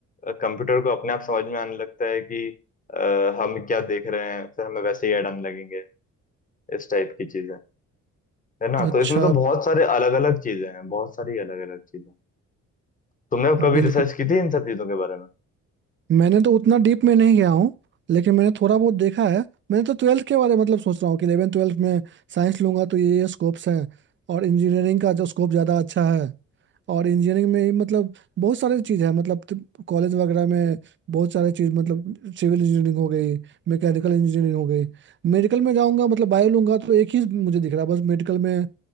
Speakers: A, on the left (about 25°); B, on the right (about 40°).
A: कंप्यूटर को अपने आप समझ में आने लगता है कि अ, हम क्या देख रहे हैं फिर हमें वैसे ही ऐड आने लगेंगे इस टाइप की चीजें है ना
B: अच्छा
A: तो इसमें तो बहुत सारे अलग अलग चीजें हैं बहुत सारी अलग अलग चीजें तुमने कभी
B: बिल्कुल
A: रिसर्च की थी इन सब चीजों के बारे में
B: मैंने तो उतना डीप में नहीं गया हूँ लेकिन मैंने थोड़ा बहुत देखा है मैंने तो ट्वेल्थ के बारे में मतलब सोच रहा हूँ कि इलेवन ट्वेल्थ में साइंस लूंगा तो ये ये स्कोप्स हैं और इंजीनियरिंग का जो स्कोप ज़्यादा अच्छा है और इंजीनियरिंग में ही मतलब बहुत सारे चीज़ है मतलब कॉलेज वगैरह में बहुत सारे चीज़ मतलब सिविल इंजीनियरिंग हो गई मैकेनिकल इंजीनियरिंग हो गई मेडिकल में जाऊंगा मतलब बायो लूंगा तो एक ही मुझे दिख रहा है बस मेडिकल में